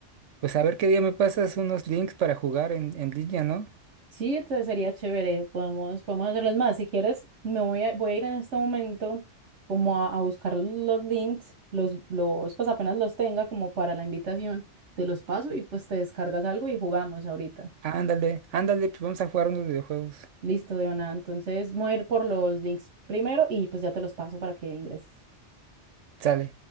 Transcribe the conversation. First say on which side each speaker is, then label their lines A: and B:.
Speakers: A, on the right; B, on the right.
A: Pues a ver qué día me pasas unos links para jugar en, en línea, ¿no?
B: Sí, entonces sería chévere, podemos, podemos hacerlas más. Si quieres, me voy a, voy a ir en este momento como a, a buscar los links, los, los, pues apenas los tenga como para la invitación, te los paso y pues te descargas algo y jugamos ahorita.
A: Ándale, ándale, pues vamos a jugar unos videojuegos.
B: Listo, Diona. Entonces, voy a ir por los links primero y pues ya te los paso para que ingreses.
A: Sale.